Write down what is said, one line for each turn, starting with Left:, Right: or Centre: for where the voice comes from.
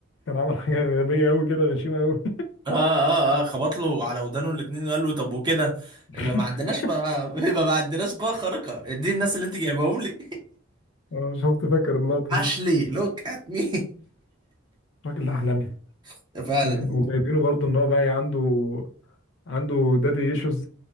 Left: كان عمل حاجة غبية أوي كده غشيمة أوي
Right: اه اه اه خبط له على ودانه الاتنين وقال له طب وكده
Left: <laughs>
Right: يبقى ما عندناش بقى <laughs> يبقى ما عندناش قوة خارقة دي الناس اللي انت جايبهم لي
Left: أنا مش شفت فاكر
Right: <laughs>
Left: اللقطة
Right: اشلي
Left: دي
Right: لوك ات مي
Left: الراجل ده عالمي
Right: <laughs> فعلا
Left: يعني وجايبينه برضه ان هو بقى عنده عنده دادي ايشوز